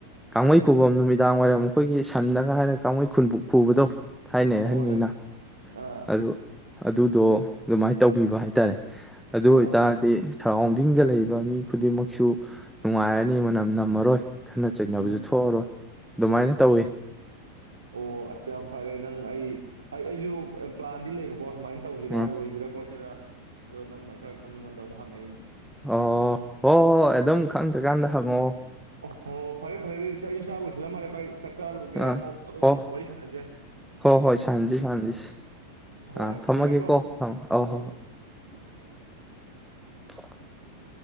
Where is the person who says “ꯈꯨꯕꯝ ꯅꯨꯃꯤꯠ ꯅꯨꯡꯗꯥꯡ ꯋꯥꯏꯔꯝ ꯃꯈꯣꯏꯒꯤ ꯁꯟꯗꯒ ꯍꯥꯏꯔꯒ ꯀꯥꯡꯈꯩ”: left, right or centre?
Centre